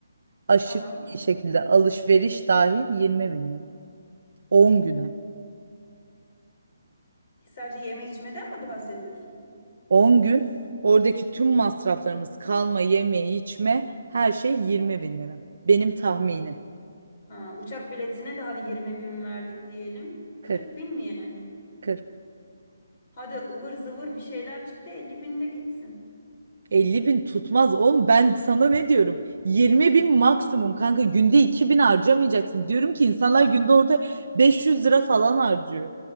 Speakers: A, on the right (about 60°); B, on the left (about 30°).
A: Aşırı
B: tamam.
A: iyi şekilde alışveriş dahil yirmi bin lira. on güne.
B: Sadece yeme içmeden mi bahsediyorsun?
A: on gün oradaki tüm masraflarımız kalma, yeme, içme her şey yirmi bin lira. Benim tahminim.
B: Ha, uçak biletine de hadi 20 bin verdik diyelim.
A: 40,
B: 40 bin mi yani?
A: 40.
B: Hadi ıvır zıvır bir şeyler çıktı 50 bin de gitsin.
A: elli bin tutmaz oğlum ben sana ne diyorum yirmi bin maksimum kanka günde iki bin harcamayacaksın diyorum ki insanlar günde orada 500 lira falan harcıyor.